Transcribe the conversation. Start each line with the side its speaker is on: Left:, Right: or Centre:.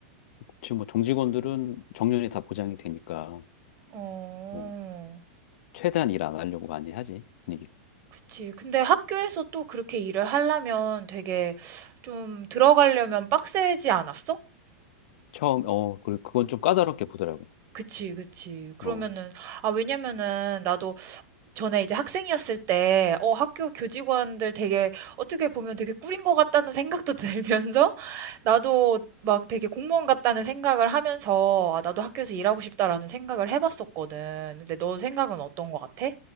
Left: 지금 뭐 정직원들은 정년이 다 보장이 되니까
Right: 어.
Left: 뭐 최대한 일 안 하려고 많이 하지 분위기가
Right: 그치. 근데 학교에서 또 그렇게 일을 하려면 되게 좀 들어가려면 빡세지 않았어?
Left: 처음 어 그리고 그건 좀 까다롭게 보더라고
Right: 그치, 그치. 그러면은,
Left: 어
Right: 아, 왜냐면은 나도 전에 이제 학생이었을 때 어 학교 교직원들 되게 어떻게 보면 되게 꿀인 것 같다는 생각도 들면서 <laughs> 나도 막 되게 공무원 같다는 생각을 하면서 아, 나도 학교에서 일하고 싶다라는 생각을 해봤었거든. 근데 너 생각은 어떤 것 같아?